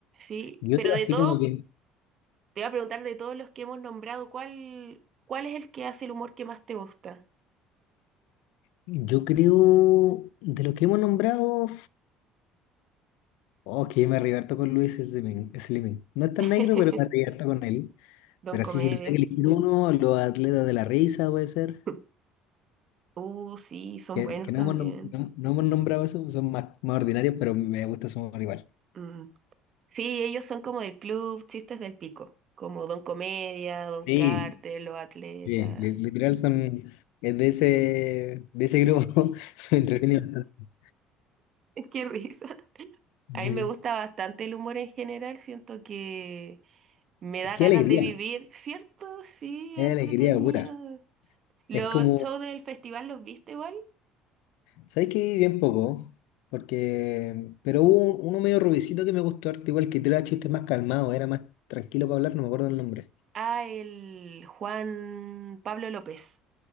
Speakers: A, on the right; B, on the left.
A: Sí,
B: Y
A: pero
B: otro
A: de
B: así
A: todo,
B: como que
A: te voy a preguntar de todos los que hemos nombrado, ¿cuál, cuál es el que hace el humor que más te gusta?
B: yo creo de los que hemos nombrado. Ok, me arrebato con Luis Slimen. Slimen. No es tan
A: <laughs>
B: negro, pero me arrebato con él.
A: Don
B: Pero
A: Comedia.
B: así, si tuviera que elegir uno, los atletas de la risa puede ser.
A: <laughs> Uh, sí, son
B: Que,
A: buenos
B: que no
A: también.
B: hemos, nom- no, no hemos nombrado eso, son más, más ordinarios, pero me gusta su humor igual.
A: Mm. Sí, ellos son como del club Chistes del Pico, como Don Comedia, Don
B: Sí.
A: Carter, Los Atletas.
B: Sí, li- literal son es de ese, de ese grupo. <laughs> Me entretiene bastante.
A: <laughs> Qué risa. A
B: Sí.
A: mí me gusta bastante el humor en general, siento que Me da
B: qué
A: ganas
B: alegría,
A: de vivir, ¿cierto? Sí,
B: qué
A: entretenido.
B: alegría pura.
A: Los
B: Es como
A: shows del festival los viste igual.
B: ¿Sabes qué? Bien poco, porque... Pero hubo un- uno medio rubicito que me gustó harto, igual que era chiste más calmado, era más tranquilo para hablar, no me acuerdo el nombre.
A: Ah, el Juan Pablo López.